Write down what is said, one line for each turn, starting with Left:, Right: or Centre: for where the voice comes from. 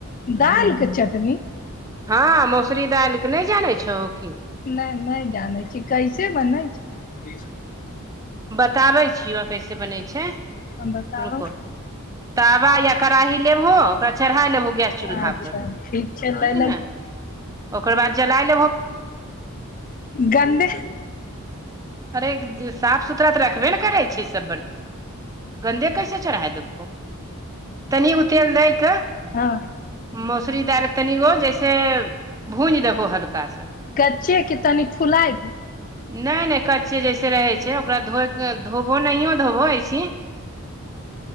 Left: दाल के चटनी
Right: हँ मसुरी दालिके नहि जानै छहो की
Left: नहि नहि जानै छी कैसे बनै छै
Right: बताबै छियो कैसे बनै छै
Left: हम बताउ
Right: रुको तावा या कड़ाही लेबहो ओकरा चढ़ा लेबहो गैस चूल्हा
Left: अच्छा
Right: पर ठीक
Left: छै लै
Right: ने ओकर बाद जलायल
Left: गान्नेह
Right: अरे साफ सुथरा तऽ रखबे ने करै छै सब बर्तन गन्दे कैसे चढ़ाइ देबहो तनी उ तेल दैके
Left: हँ
Right: मौसरी दालि तनिगो जैसे भूंज देबहो हल्का सन
Left: कच्चे के तनि फुलाय दे
Right: नहि नहि कच्चे जैसे रहै छै ओकरा धोइ कऽ धोबहो नहिओ धोबहो अइसे